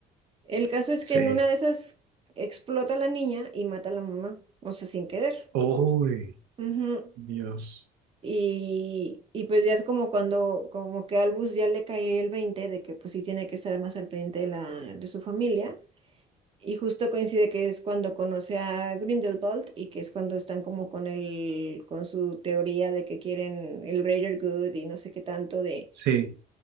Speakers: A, on the right (about 35°); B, on the right (about 80°).
A: El caso es
B: sí.
A: que en una de esas explota la niña y mata a la mamá, o sea, sin querer.
B: Uy,
A: Ujú.
B: Dios.
A: Y, y pues ya es como cuando, como que a Albus ya le cae el 20 de que pues sí tiene que estar más al pendiente de, la, de su familia Y justo coincide que es cuando conoce a Grindelwald y que es cuando están como con el, con su teoría de que quieren el greater good y no sé qué tanto de,
B: Sí,